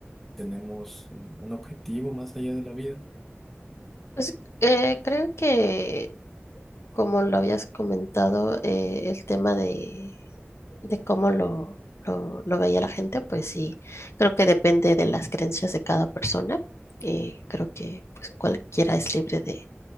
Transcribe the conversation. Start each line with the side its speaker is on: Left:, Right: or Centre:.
Centre: tenemos mm, un objetivo más allá de la vida.
Left: Pues eh, creo que, como lo habías comentado, eh, el tema de, de cómo lo, lo- lo veía la gente, pues sí, creo que depende de las creencias de cada persona. Eh, creo que pues cualquiera es libre de